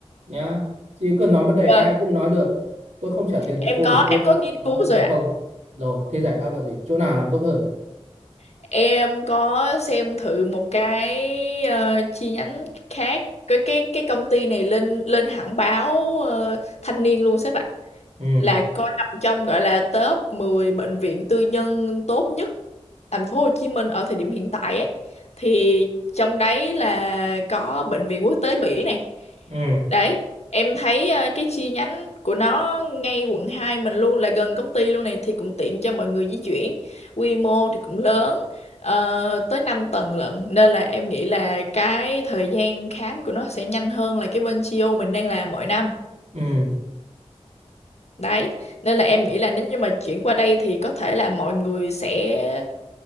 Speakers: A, on the right; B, on the left.
A: nhá. Chứ cứ nói vấn đề
B: vâng
A: ai cũng nói được. Tôi không trả tiền
B: em
A: cho cô
B: có
A: để cô
B: em có nghiên
A: nói
B: cứu
A: vấn
B: rồi
A: đề
B: ạ
A: không. Rồi, thế giải pháp là gì? Chỗ nào làm tốt hơn?
B: em có xem thử một cái ờ, chi nhánh khác cái cái cái công ty này lên lên hẳn báo ờ, thanh niên luôn sếp ạ
A: Ừ,
B: là cô nằm trong gọi là top 10 bệnh viện tư nhân tốt nhất thành phố Hồ Chí Minh ở thời điểm hiện tại ấy thì trong đấy là có bệnh viện quốc tế Bỉ này
A: ừ,
B: đấy em thấy ờ, cái chi nhánh của nó ngay quận 2 mình luôn là gần công ty luôn này thì cũng tiện cho mọi người di chuyển quy mô thì cũng lớn ờ, tới 5 tầng lận nên là em nghĩ là cái thời gian khám của nó sẽ nhanh hơn là cái bên Chio mình đang làm mỗi năm
A: ừ.
B: Đấy, nên là em nghĩ là nếu như mà chuyển qua đây thì có thể là mọi người sẽ